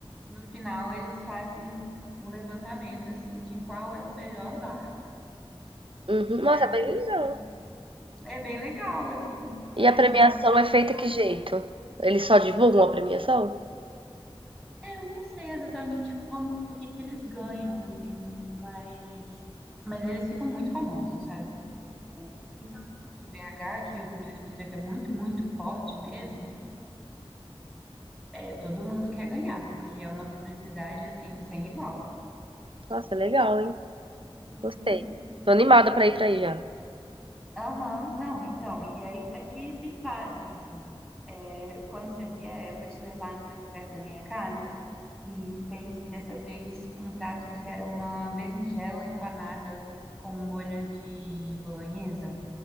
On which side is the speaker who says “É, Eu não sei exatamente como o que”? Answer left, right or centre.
Centre